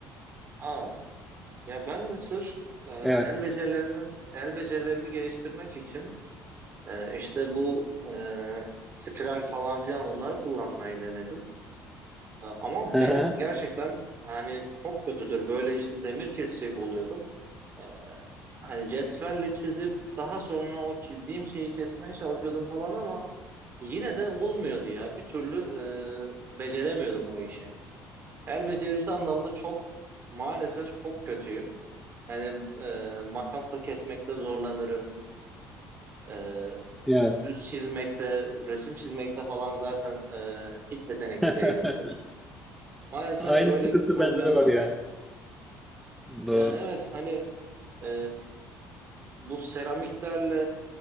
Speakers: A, on the right (about 40°); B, in the centre.
A: Aa, ya ben de sırf e,
B: Evet.
A: el becerilerimi el becerilerimi geliştirmek için e, işte bu e, spiral falan filan onları kullanmayı denedim. E, ama
B: <laughs>
A: benim gerçekten hani çok kötüdür. Böyle işte demir kesecek oluyordum. E, hani cetvelle çizip daha sonra o çizdiğim şeyi kesmeye çalışıyordum falan ama Yine de olmuyordu ya. Bir türlü e, beceremiyordum o işi. El becerisi anlamında çok maalesef çok kötüyüm. Hani e, makasla kesmekte zorlanırım. E,
B: Evet.
A: düz çizmekte, resim çizmekte falan zaten e, hiç yetenekli
B: <laughs>
A: değilimdir. Maalesef
B: Aynı
A: öyle
B: sıkıntı
A: bir problem
B: bende de var
A: var.
B: ya. Doğru.
A: Ya evet hani e, bu seramiklerle